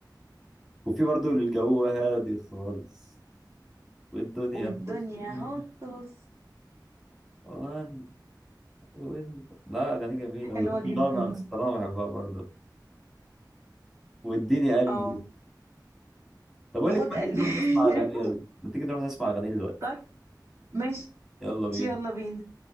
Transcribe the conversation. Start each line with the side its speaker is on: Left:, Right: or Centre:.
Centre: وفي برضو الجو هادي خالص والدنيا
Right: والدنيا
Centre: حسن
Right: هوس هوس
Centre: وان وان لا اغاني جميله
Right: حلوة
Centre: وسطلانه
Right: جدا <laughs> بقى.
Centre: سطلانه بحبها برضه واديني قلبي
Right: اه
Centre: طب اقول
Right: وخد
Centre: لك
Right: قلبي
Centre: ما تيجي نروح نسمع
Right: <laughs>
Centre: اغاني يلا ما تيجي نروح نسمع اغاني دلوقتي
Right: طيب ماشي
Centre: يلا بينا
Right: يلا بينا